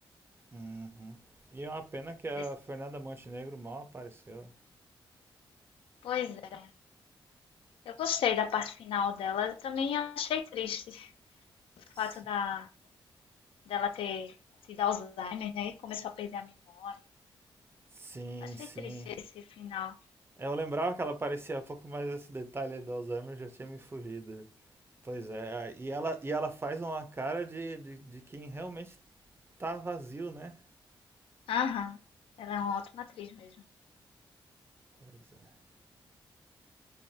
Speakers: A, on the right; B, on the left.
A: Uhum. E é uma pena que a
B: Desse,
A: Fernanda Montenegro mal apareceu. né?
B: Pois é. Eu gostei da parte final dela. Eu também achei triste o
A: Si-
B: fato da, dela ter tido Alzheimer, né? E começou a perder a memória.
A: Sim,
B: Achei
A: sim.
B: triste esse final.
A: Eu lembrava que ela aparecia há pouco mais esse detalhe aí do Alzheimer já tinha me fugido. Pois é, a- e ela, e ela faz uma cara de, de, de quem realmente tá vazio, né?
B: Aham. Ela é uma ótima atriz mesmo.
A: Pois é.